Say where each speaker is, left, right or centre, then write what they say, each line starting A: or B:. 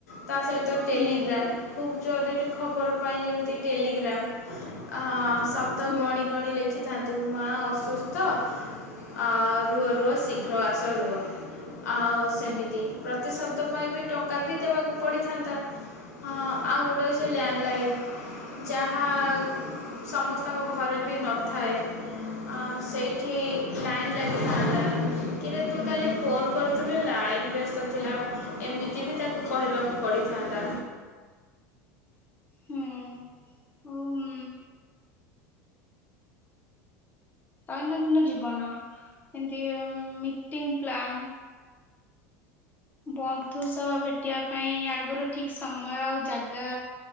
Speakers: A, on the left; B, on the left.
A: ତା ସହି ଟେଲିଗ୍ରାମ୍
B: ହୁଁ
A: ଖୁବ୍ ଜରୁରୀ ଖବର ପାଇଁ ଯେମିତି ଟେଲିଗ୍ରାମ୍ ଆ ଶବ୍ଦ
B: ହୁଁ
A: ଗଣି ଗଣି ଲେଖିଥାନ୍ତୁ ମା ଅସୁସ୍ଥ ଆ ରୁହ ରୁହ ଶୀଘ୍ର ଆସ ରୁହ। ଆଉ ସେମିତି ପ୍ରତି ଶବ୍ଦ ପାଇଁ ବି ଟଙ୍କା ବି ଦେବାକୁ ପଡିଥାନ୍ତା । ହଁ ଆଉ ଗୋଟେ ଅଛି ଲ୍ୟାଣ୍ଡ ଲାଇନ ଯାହା ସମସ୍ତଙ୍କ ଘରେ ବି ନଥାଏ । ଆ ସେଇଠି ଲାଇନ୍ ଲାଗିଥାନ୍ତା । କିରେ ତୁ କାଲି ଫୋନ କରିଥିଲୁ ଲାଇନ ବ୍ୟସ୍ତ ଥିଲା ଏମିତି ବି ତାକୁ କହିବାକୁ ପଡିଥା ଥାନ୍ତା।
B: ହୁଁ ଉଁ ଦୈନନ୍ଦିନ ଜୀବନ, ଏମିତି ମିଟିଂ ପ୍ଲାନ୍ ବନ୍ଧୁ ସହ ଭେଟିବା ପାଇଁ ଆଗରୁ ଠିକ୍ ସମୟ ଆଉ ଜାଗା